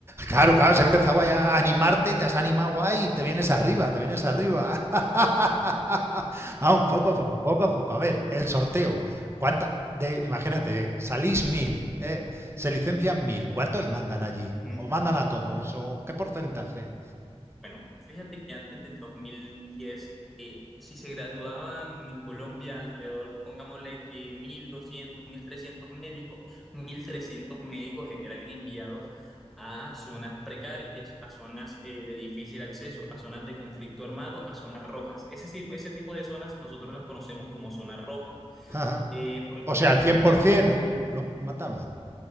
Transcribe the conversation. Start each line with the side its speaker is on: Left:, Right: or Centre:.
Right: claro, claro, has empezado ahí a animarte, te has animado ahí y te vienes arriba, te vienes arriba. <laughs> Vamos, poco a poco, poco a poco. A ver, el sorteo. ¿Cuánta? De, imagínate, salís mil, eh, se licencian mil. ¿Cuántos mandan allí?
Centre: Ujú.
Right: ¿O mandan a todos? ¿O qué porcentaje?
Centre: Bueno, fíjate que antes del 2010, eh, si se graduaban en Colombia alrededor, pongámosle que mil doscientos mil trescientos médicos, 1.300 médicos eran enviados a zonas precarias, a zonas eh, de difícil acceso, a zonas de conflicto armado, a zonas rojas. Ese, tipo- ese tipo de zonas nosotros las conocemos como zonas rojas.
Right: <laughs> Ajá.
Centre: eh, porque
Right: O sea,
Centre: cum-
Right: el 100%
Centre: ah,
Right: lo mandaban.